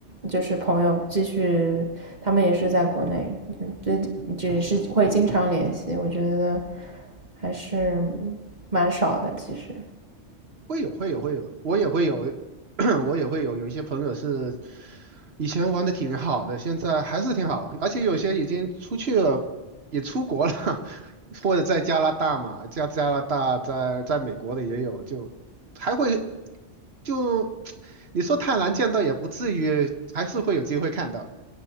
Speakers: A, on the right (about 40°); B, on the right (about 60°).
A: 就是朋友继续，他们也是在国内，就这只是会经常联系，我觉得还是蛮少的，其实。
B: 会有会有会有，我也会有，<clears throat> 我也会有有一些朋友是以前玩的挺好的，现在还是挺好，而且有些已经出去了，也出国了，<laughs> 或者在加拿大嘛，加加拿大在在美国的也有，就还会就 <tsk> 你说太难见到也不至于，还是会有机会看到的